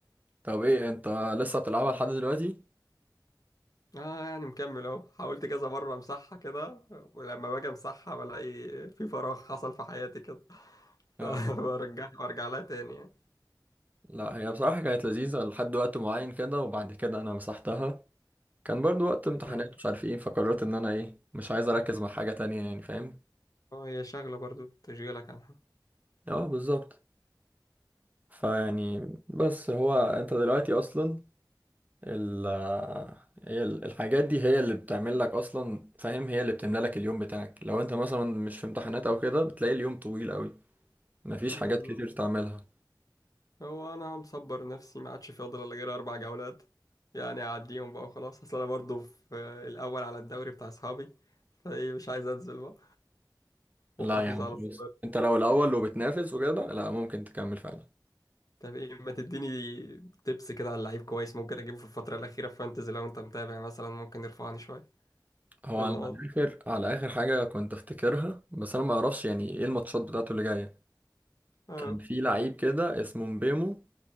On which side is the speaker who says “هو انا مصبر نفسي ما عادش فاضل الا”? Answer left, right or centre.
Left